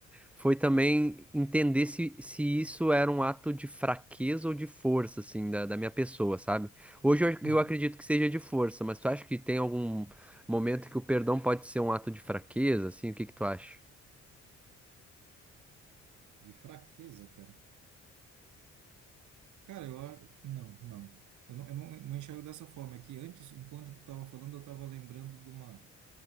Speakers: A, in the centre; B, on the right.
A: Foi também entender se, se isso era um ato de fraqueza ou de força, assim, da, da minha pessoa, sabe? Hoje eu, eu
B: Aham.
A: acredito que seja de força, mas tu acha que tem algum momento que o perdão pode ser um ato de fraqueza, assim? O que que tu acha?
B: De fraqueza, cara. Cara, eu acho. Não, não. Eu não, eu não, não enxergo dessa forma. É que antes, enquanto tu tava falando, eu tava lembrando de uma.